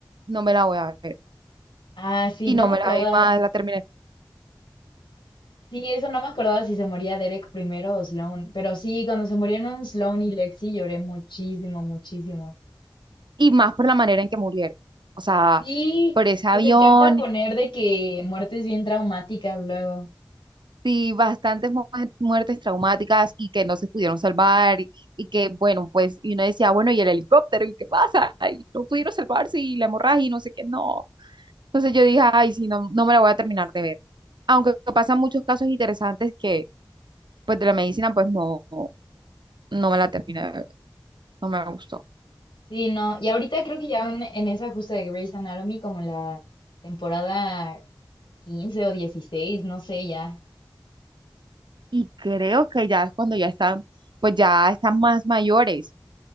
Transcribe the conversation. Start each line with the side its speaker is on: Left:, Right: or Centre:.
Right: no me la voy a ver.
Left: Ah, sí,
Right: Y
Left: no
Right: no
Left: me
Right: me
Left: acordaba.
Right: la vi más, la terminé.
Left: Sí, eso no me acordaba si se moría Derek primero o Sloan. Pero sí, cuando se murieron Sloan y Lexi lloré muchísimo, muchísimo.
Right: Y más por la manera en que murieron. O sea,
Left: Sí,
Right: por ese avión,
Left: les encanta poner de que muertes bien traumáticas luego.
Right: sí, bastantes mu- muertes traumáticas y que no se pudieron salvar y, y que, bueno, pues, y uno decía, bueno, ¿y el helicóptero? ¿Y qué pasa? Y no pudieron salvarse y la hemorragia y no sé qué, no. Entonces yo dije, ay, sí, no, no me la voy a terminar de ver. Aunque pasan muchos casos interesantes que, pues, de la medicina, pues, no, no me la terminé de ver, no me gustó.
Left: Sí, no. Y ahorita creo que ya van en esa justa de Grey's Anatomy como la temporada 15 o dieciséis no sé ya.
Right: Y creo que ya es cuando ya están, pues, ya están más mayores,